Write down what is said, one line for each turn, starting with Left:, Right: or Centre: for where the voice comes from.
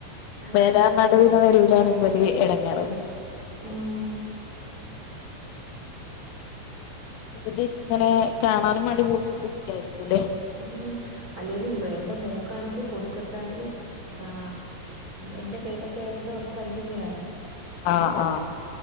Right: അതാണ്
Left: വേരാനടുവിന്
Right: ഇവിടെ
Left: വരൂല്ല്യാ ഇവടെ എടങ്ങോറ്
Right: ആാ
Left: <unintelligible> ഇതിൽ കാണാനും വേണ്ടി <unintelligible>
Right: ഉം അല്ലെലും ഇവ എൻ്റെ മേക്കാണെങ്കിൽ പൊടിക്കൊച്ചാണെങ്കിലും ആ എന്റെ ചേട്ടത്തി ആയത്കൊണ്ട് അവക്ക് വല്ല്യാമ്മയാണ്
Left: ആാ ആാ